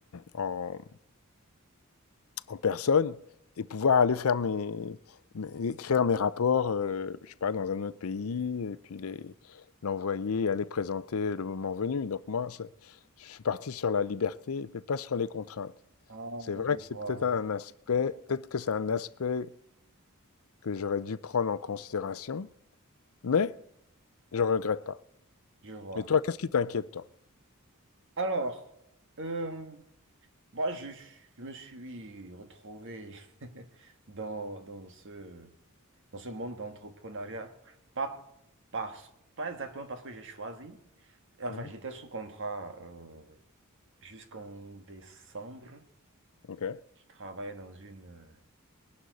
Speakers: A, on the left; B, on the right.
A: en, en personne et pouvoir aller faire mes, mes- écrire mes rapports, euh, je sais pas, dans un autre pays et puis les l'envoyer et aller présenter le moment venu. Donc moi, c'est- je suis parti sur la liberté, mais pas sur les contraintes.
B: Ah,
A: C'est vrai
B: je
A: que
B: vois,
A: c'est peut-être un aspect, peut-être que c'est un aspect que j'aurais dû prendre en considération, mais je regrette pas.
B: je vois.
A: Mais toi, qu'est-ce qui t'inquiète, toi?
B: Alors, euh, Moi, je, je me suis retrouvé <laughs> dans, dans ce, dans ce monde d'entrepreneuriat, pas, parce, pas exactement parce que j'ai choisi. Enfin,
A: Mmh.
B: j'étais sous contrat euh, jusqu'en décembre.
A: OK,
B: Je travaillais dans une, euh,